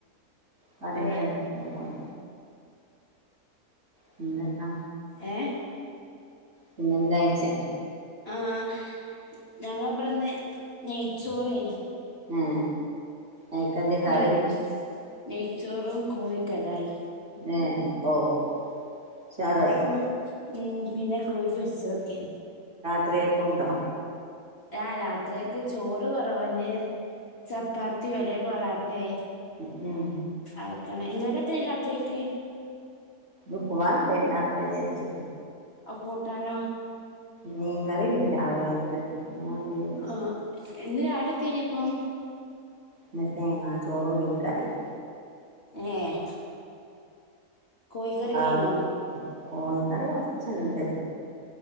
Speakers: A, on the right; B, on the left.
A: കണ്ണു
B: വേ
A: വേതനാണ് പിന്നെന്താ
B: ഏ
A: പിന്നെന്താഴ്ച്ച
B: ആ ഞങ്ങളവിടെന്ന് നെയ്ച്ചോറേ
A: ആ ആയികെന്താ കറി
B: നെയ് നെയ്ച്ചോറും കോഴി കടായി
A: ഏ ഓ ഉഷാറായി
B: കോഴിയും പിന്നെ കോഴി പൊരിച്ചതൊക്കേ
A: ത്രേക്കുണ്ടോ
B: ആ രാത്രിക്ക് ചോറ് കുറവന്നെ ചപ്പാത്തി അല്ലെ പൊറാട്ടെ
A: ഉ ഉം
B: ആക്കണ് നിങ്ങൾക്കെത്ത രാത്രിക്ക്
A: ഉപ്പുമാവുണ്ട് ഉണ്ടാക്കാന്ന് വിചാരിച്ച്
B: ആ കൂട്ടാനോ
A: മീൻകറിണ്ട് രാവിലത്തെ അത് വിചാരിച്ച്
B: ആഹ് എന്ന് രാവിലത്തേനി അപ്പം
A: ഇന്ന് തേങ്ങാ ചോറും മീൻ കറിയും
B: ഏഹ് കോഴിക്കറി
A: ആ
B: കൈഞ്ഞോ
A: കോഴിക്കറി കൊറച്ചുണ്ട്